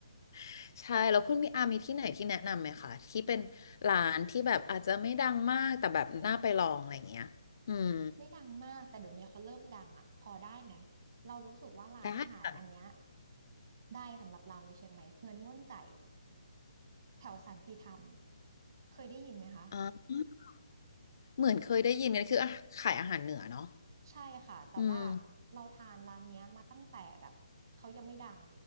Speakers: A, on the left (about 40°); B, on the right (about 40°).
A: <laughs> ใช่แล้วคุณมีอามีที่ไหนที่แนะนำไหมคะที่เป็นร้านที่แบบอาจจะไม่ดังมากแต่แบบน่าไปลองอะไรอย่างเงี้ยอืม
B: ไม่ดังมากแต่เดี๋ยวนี้เขาเริ่มดังอ่ะพอได้ไหมเรารู้สึกว่าร้านอาหารอันเนี้ย
A: ได้ค่ะ
B: ได้สำหรับเราในเชียงใหม่เฮือนม่วนใจแถวสันติธรรมเคยได้ยินไหมคะ
A: อ๋อเหมือนเคยได้ยินกันคืออ่ะขายอาหารเหนือเนาะ
B: ใช่ค่ะแต่ว่า
A: อืม
B: เราทานร้านเนี้ยมาตั้งแต่แบบเขายังไม่ดัง